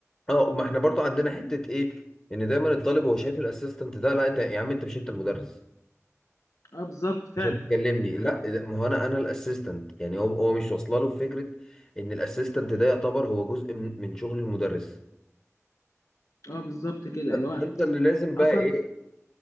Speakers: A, on the left (about 30°); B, on the left (about 75°).
A: اه آه، ما احنا برضو عندنا حتة ايه ان دايما الطالب هو شايف الاسيستنت ده لا انت يا عم انت مش انت المدرس
B: اه بالظبط فعلا
A: عشان تكلمني
B: دي حقيقة
A: لا ده- ما هو انا انا الاسيستنت يعني هو هو مش واصله له فكرة ان الاسيستنت ده يعتبر هو جزء من من شغل المدرس
B: اه بالظبط كده
A: ف-
B: اللي هو
A: فانت اللي لازم بقى
B: اصلا
A: ايه